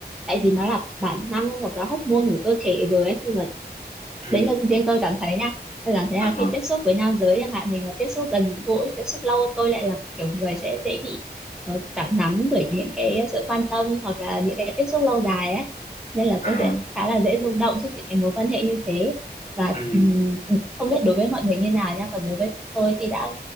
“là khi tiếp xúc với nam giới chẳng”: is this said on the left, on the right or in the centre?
Centre